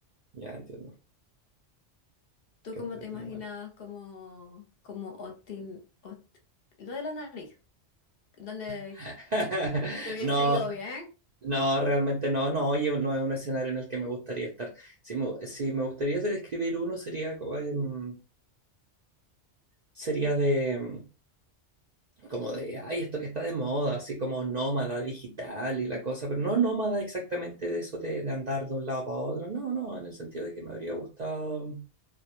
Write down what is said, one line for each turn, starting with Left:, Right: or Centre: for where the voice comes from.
Right: Ya entiendo.
Left: ¿Tú
Right: Que
Left: cómo
Right: Qué
Left: te imaginabas
Right: igual.
Left: como, como Otin, Ot- lo de la nariz? Donde
Right: <laughs>
Left: te hubiese
Right: No,
Left: ido bien.
Right: no, realmente no, no, oye, no es un escenario en el que me gustaría estar. Si me, si me gustaría describir uno sería, co- em, sería de, em, como de, ay, esto que está de moda, así como nómada digital y la cosa, pero no nómada exactamente de eso de, de andar de un lado para otro, no, no, en el sentido de que me habría gustado.